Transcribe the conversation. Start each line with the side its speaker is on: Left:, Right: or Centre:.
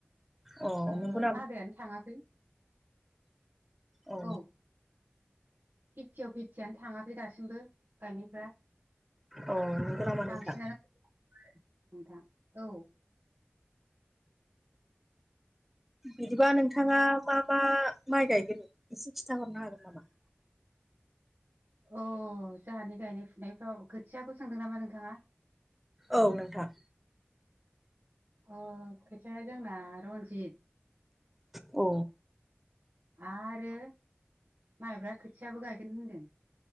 Centre: अ
Right: ओ
Centre: नंगौ नामा
Right: आदायानो थाङाखै।
Centre: अ
Right: औ फिफ्टियाव फिफ्टियानो थाङाखै दासिमबो। गायनायफ्रा
Centre: अ नंगौ नामा नोंथां
Right: बांसिनानो <unintelligible> नोंथां औ
Centre: बिदिबा नोंथाङा मा मा माइ गायगोन एसे खिन्था हरनो हागोन नामा?
Right: अ जोंहानि गायनाय फुनायफ्राव खोथियाखौ सोंदों नामा नोंथाङा?
Centre: औ नोंथां।
Right: अ खोथियाया जोंना रन्जिथ,
Centre: औ
Right: आरो माइब्रा खोथियाबो गायगोन होनदों।